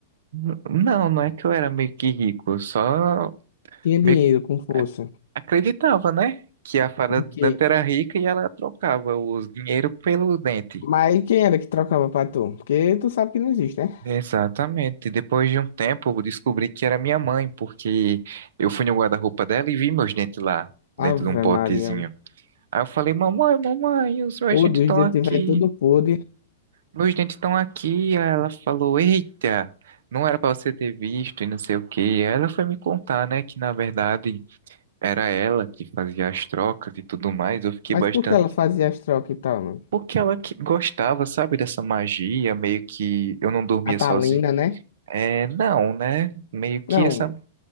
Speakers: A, on the right; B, on the left.
A: N- Não, não é que eu era meio que rico, eu só
B: tinha dinheiro
A: meio que
B: com força.
A: a- acreditava, né? Que a fada
B: Ok.
A: do dente era rica e ela trocava os dinheiro pelo dente.
B: Mas quem era que trocava pra tu? Porque tu sabe que não existe, né?
A: Exatamente. E Depois de um tempo, eu descobri que era minha mãe, porque eu fui no guarda-roupa dela e vi meus dentes lá, dentro
B: Ave
A: de um potezinho.
B: Maria.
A: Aí eu falei, mamãe, mamãe, os meus
B: O
A: dentes
B: Deus,
A: estão
B: detetive
A: aqui.
B: aí tudo podre.
A: Meus dentes estão aqui. Aí ela falou, eita, não era para você ter visto e não sei o quê. Aí ela foi me contar, né, que na verdade era ela que fazia as trocas e tudo mais. Eu fiquei
B: Mas
A: bastante.
B: por que ela fazia as trocas e tal, mano?
A: Porque ela que gostava, sabe, dessa magia, meio que eu não dormia
B: Catalina,
A: sozinho.
B: né?
A: É, não, né? Meio que
B: Não,
A: essa